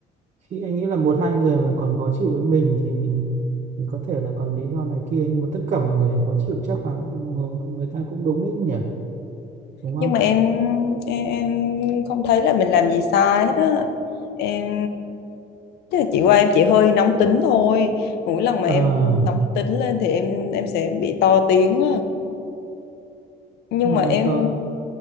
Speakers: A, on the right; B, on the left.
A: khi anh nghĩ là một hai người mà còn khó chịu với mình thì mình, mình có thể là còn lý do này kia nhưng mà tất cả mọi người đều khó chịu chắc là người, người ta cũng đúng đấy nhỉ? Đúng không?
B: nhưng mà em em, em không thấy là mình làm gì sai hết á em tức là chị qua em chỉ hơi nóng tính thôi mỗi lần mà
A: À,
B: em nóng tính lên thì em em sẽ bị to tiếng nhưng
A: tức là
B: mà
A: em
B: em
A: tơ